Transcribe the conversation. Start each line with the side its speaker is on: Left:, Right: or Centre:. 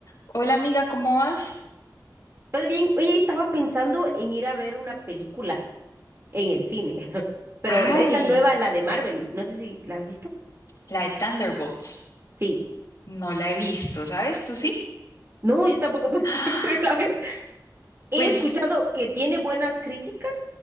Left: Hola amiga, ¿cómo vas?
Right: Todo bien, oye, estaba pensando en ir a ver una película en el cine, <laughs> pero
Left: Ay,
Right: esta nueva, la de Marvel, no sé si la has visto.
Left: la de Thunderbolts.
Right: Sí,
Left: No la he visto, ¿sabes? ¿Tú sí?
Right: no, yo tampoco <laughs> pensé
Left: Ah,
Right: que quiero ir a ver. He
Left: pues
Right: escuchado que tiene buenas críticas,